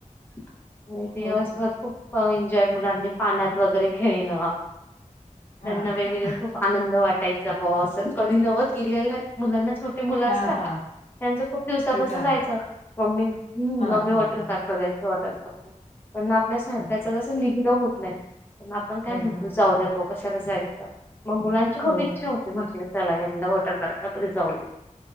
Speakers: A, on the left (about 15°); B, on the left (about 55°).
A: <unintelligible> दिवसभर
B: हो का?
A: खूप एन्जॉय. मुलांनी पाण्यात वगैरे खेळणं. त्यांना
B: हां
A: वेगवेगळे
B: का?
A: खूप आनंद वाटायचा ब असं. कधी नवत केलेलं मुलांना छोटे मुलं
B: हां,
A: असतात.
B: हां.
A: त्यांचं खूप दिवसापासून
B: ते तर आहे.
A: जायचं. मम्मी, हम्म,
B: हां,
A: मम्मी वॉटर
B: हां, हां.
A: पार्कला जायचं. वॉटरपार्क ला, पण आपल्या सारख्याचं
B: हं, हं.
A: कसं निघणं होत नाही, पण आपण काय
B: निघणं
A: म्हणतो
B: होत
A: जाऊ
B: नाही.
A: द्या भाऊ कशाला जायचं. मग मुलांची खूप
B: हो
A: इच्छा
B: ना.
A: होती माझ्या, चला यंदा वॉटर पार्कला तरी जाऊया.